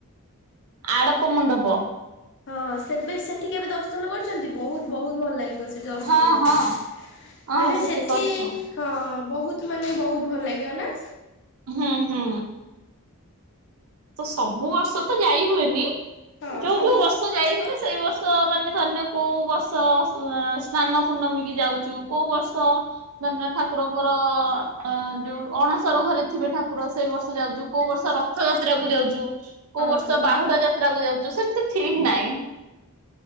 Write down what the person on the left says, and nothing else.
ହଁ ସେବେ ସେଠି କେବେ ଦର୍ଶନ କରିଛନ୍ତି। ବହୁତ ବହୁତ ଭଲ ଲାଗେ। ସେଠି ଦର୍ଶନ
କଲେ
ମାନେ ସେଠି
ହଁ ବହୁତ ମାନେ ବହୁତ ଭଲ ଲାଗିବ ନା
ହଁ
ସବୁ
ହଁ
ହଁ